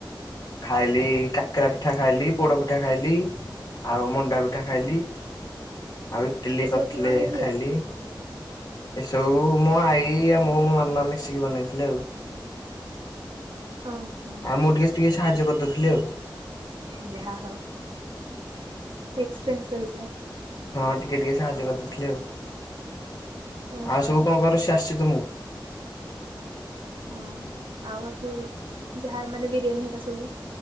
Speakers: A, on the left; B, on the right.
A: ଖାଇଲି କାକରା ପିଠା ଖାଇଲି ପୋଡ ପିଠା ଖାଇଲି। ଆଉ ମଣ୍ଡା ପିଠା ଖାଇଲି ଆଉ ଇଟିଲି
B: ଏସବୁ
A: କରିଥିଲେ
B: କିଏ ବନେଇଥିଲା?
A: ଖାଇଲି। ଏସବୁ ମୋ ଆଇ ଆଉ ମୋ ମାମା ମିଶିକି ବନେଇଥିଲେ ଆଉ।
B: ଓ ହୋ।
A: ଆଉ ମୁଁ ଟିକେ ଟିକେ ସାହାଯ୍ୟ କରିଦଉ ଥିଲି ଆଉ।
B: ଯାହା ହଉ ଏକ୍ସପ୍ରେନ୍ସ ରହିଯିବ।
A: ହଁ ଟିକେ ଟିକେ ସାହାଯ୍ୟ କରିଦେଇଥିଲେ ଆଉ
B: ଓହୋ
A: ଆଉ ସବୁ କଣ କରୁ ସ ଆସିଛି ତୁମକୁ?
B: ହଁ ଆଉ ବାକି ଯାହା ମାନେ ବିରିୟାନୀ ହବା ସବୁ